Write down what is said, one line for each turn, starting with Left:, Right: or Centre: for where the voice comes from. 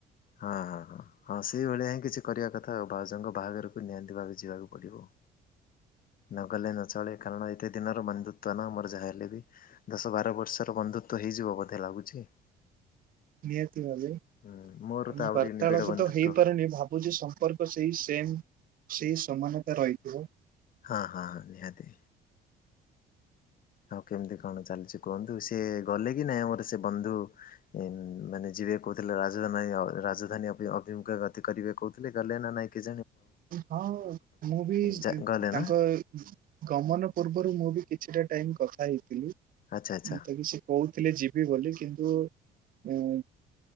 Left: ହଁ ହଁ ହଁ ହଁ ସେଇଭଳିଆ ହିଁ କିଛି କରିବା କଥା ଆଉ ଭାଉଜଙ୍କ ବାହାଘରକୁ ନିହାତି ଭାବେ ଯିବାକୁ ପଡିବ। ନଗଲେ ନ ଚଳେ କାରଣ ଏତେ ଦିନର ବନ୍ଧୁତ୍ୱ ନା ମୋର ଯାହା ହେଲେ ବି ଦଶ ବାର ବର୍ଷର ବନ୍ଧୁତ୍ୱ। ହେଇଯିବ ବୋଧେ ଲାଗୁଛି।
Right: ନିହାତି ଭାବେ।
Left: ହୁଁ ମୋର
Right: ଆଉ
Left: ତ ଆହୁରି
Right: ବାର୍ତାଳପ
Left: ନିବିଡ଼ ବନ୍ଧୁତ୍ୱ
Right: ତ ହେଇପାରୁନି ଭାବୁଛି ସମ୍ପର୍କ ସେଇ ସେମ ସେଇ ସମାନତା ରହିଥିବ।
Left: ହଁ ହଁ ହଁ ନିହାତି। ଆଉ କେମିତି କଣ ଚାଲିଛି କୁହନ୍ତୁ, ସେ ଗଲେ କି ନାଇଁ ଆମର ସେ ବନ୍ଧୁ ମ-ମାନେ ଜି କହୁଥିଲେ ରାଜଧ ରାଜଧାନୀ ଅଭି-ଅଭିମୁଖେ ଗତି କରିବେ କହୁଥିଲେ ଗଲେ ନା ନାଇଁ କି
Right: ହଁ ମୁଁ ବି
Left: ଯା ଗଲେ
Right: ତାଙ୍କ
Left: ନା
Right: ଗମନ ପୂର୍ବ ମୁଁ ବି କିଛିଟା ଟାଇମ କଥା ହେଇଥିଲି। ମୁଁ
Left: ଆଚ୍ଛା ଆଚ୍ଛା
Right: ତ ବି ସେ କହୁଥିଲେ ଯିବି ବୋଲି କିନ୍ତୁ-ଉ-ଉ